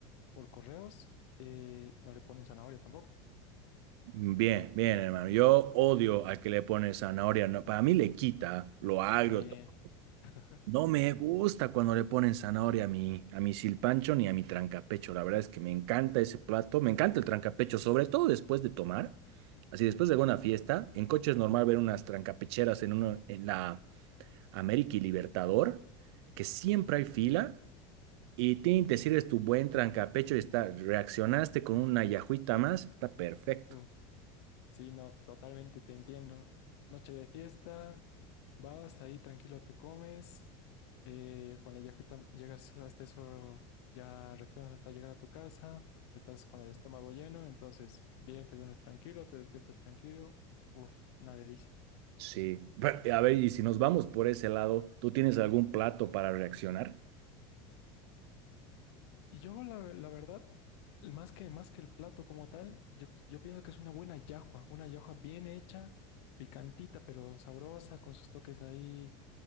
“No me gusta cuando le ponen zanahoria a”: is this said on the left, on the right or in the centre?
Right